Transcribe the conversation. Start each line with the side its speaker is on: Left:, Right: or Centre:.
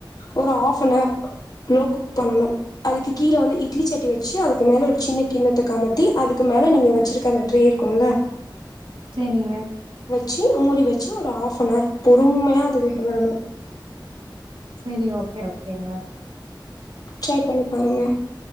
Left: ஒரு ஆப் அன் அவர் குக் பண்ணணும் அதுக்கு கீழ வந்து இட்லி சட்டி வச்சு அதுக்கு மேல ஒரு சின்ன கிண்ணத்த கமத்தி அதுக்கு மேல நீங்க வச்சிருக்க அந்த ட்ரே இருக்கும்ல
Right: செரிங்க
Left: ச்ச மூடி வச்சு ஒரு ஹாஃப் னவர் பொறுமையா அது வேகவிடணும்
Right: சரி ஓகே ஓகேங்க
Left: ட்ரை பண்ணி பாருங்க